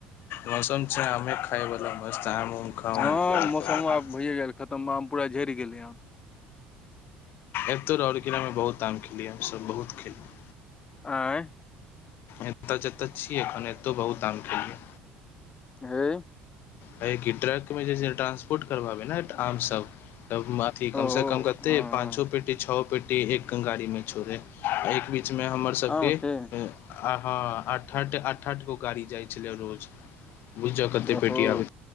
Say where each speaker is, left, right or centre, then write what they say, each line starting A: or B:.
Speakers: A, on the left; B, on the left.
A: मौसम छै आमे खाय वाला मस्त आम खाउ
B: हाँ
A: एन्जॉय
B: मौसमो
A: करू
B: आब भइए गेल खतम आम पूरा झरि गेलै हन
A: एब तो र आओर किलामे बहुत आाम खेलियै हमसभ बहुत खेललियै
B: आँय
A: एतऽ जत्ता छी एखन एत्तौ बहुत आम खेलिए
B: हय
A: हय कि ट्रकमे जे से ट्रांसपोर्ट करबाबे ने आम सब तब अथी कम
B: ओहो
A: से कम कते
B: हँ
A: पांचो पेटी छओ पेटी एक गाड़ी में छोड़े एकी बीच मे हमर सबके
B: आम के
A: आ ह आठ आठ आठ गो गाड़ी जाय छले रोज बुझ जा कते
B: ओहो
A: पेटी आब